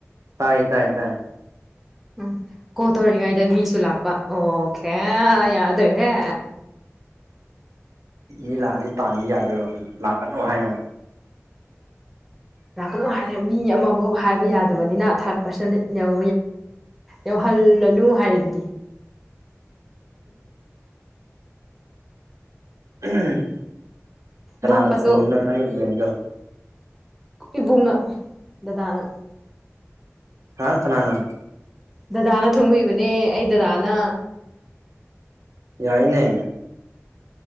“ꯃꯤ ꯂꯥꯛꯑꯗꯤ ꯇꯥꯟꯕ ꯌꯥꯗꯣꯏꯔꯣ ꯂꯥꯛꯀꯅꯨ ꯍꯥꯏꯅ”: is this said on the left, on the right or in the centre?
Right